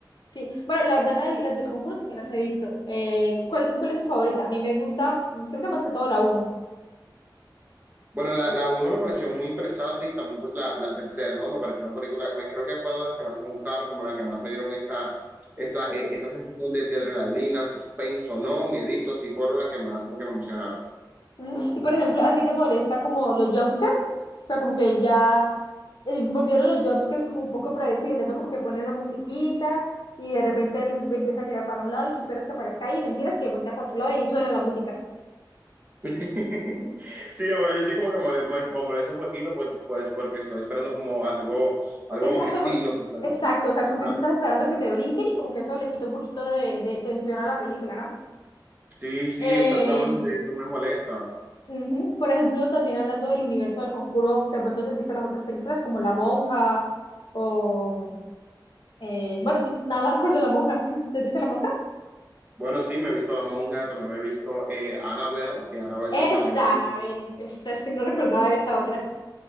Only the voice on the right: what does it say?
Bueno, la, la uno me pareció muy interesante y también pues la, la tercera, ¿no? Me parecieron películas, me, creo que fue una de las que más me gustaron, como la que más me dieron esa, esa, eh, esa sensación de, de adrenalina, suspenso, ¿no? Mieditos y fueron las que más como que me emocionaron.
<laughs> Sí, a veces sí como que me, me- me molesta un poquito porque, pues, porque estoy esperando como algo, algo
como que así,
¿no? Que sal-
Ajá.
Sí, sí,
exactamente, eso me molesta.
Bueno, sí, me he visto La Monja, también me he visto eh, Annabelle, que Annabelle
sí también puede.